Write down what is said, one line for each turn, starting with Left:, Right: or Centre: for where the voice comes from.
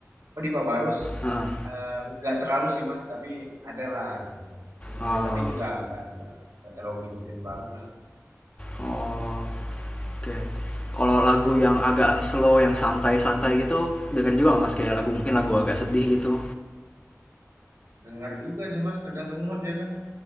Right: oh di Pabarus,
Left: Heeh.
Right: eh, nggak terlalu sih mas, tapi ada lah gitu. Dengerin,
Left: Uh.
Right: tapi nggak nggak nggak nggak terlalu ngikutin banget lah.
Left: oh oh Oke. Kalau lagu yang agak slow, yang santai-santai gitu, dengerin juga nggak mas kayak lagu mungkin lagu agak sedih gitu.
Right: Dengar juga sih mas, tergantung mood ya kan.